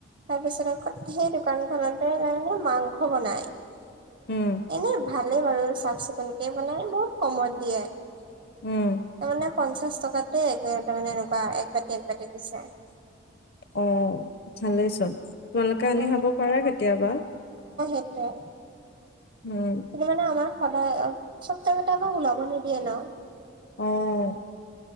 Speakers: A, on the right; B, on the left.
A: তাৰ পিছত আকৌ সেই দোকানখনতে তাৰমানে মাংস বনাই।
B: উম
A: এনে ভালেই বাৰু চাফ-চিকুণকে বনাই বহুত কমত দিয়ে।
B: উম।
A: তাৰ মানে পঞ্চাশ টকাতে একে তাৰমানে এনেকুৱা এক বাতি এক বাতি দিছে
B: অ', ভালে চোন। তোমালোকে আনি
A: অ
B: খাব পাৰা কেতিয়াবা।
A: <unintelligible>
B: উম।
A: <unintelligible> মানে আমাৰ সদায় অ', চব টাইমতে আমাক ওলাব নিদিয়ে ন'।
B: অ'।